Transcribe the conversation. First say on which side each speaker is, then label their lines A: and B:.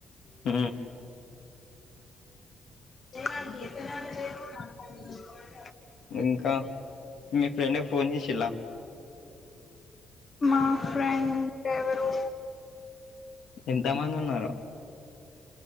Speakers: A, on the left; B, on the left.
A: ఊ
B: గానికి <unintelligible>
A: ఇంకా మీ ఫ్రెండ్ కు ఫోన్ చేసిలా
B: మా ఫ్రెండ్ దేవరు
A: ఎంత మంది ఉన్నరో